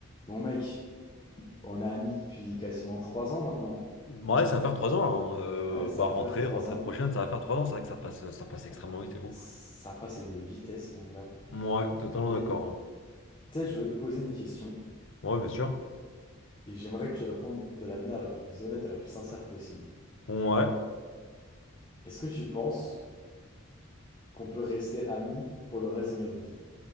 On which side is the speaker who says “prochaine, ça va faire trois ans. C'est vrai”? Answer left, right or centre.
Left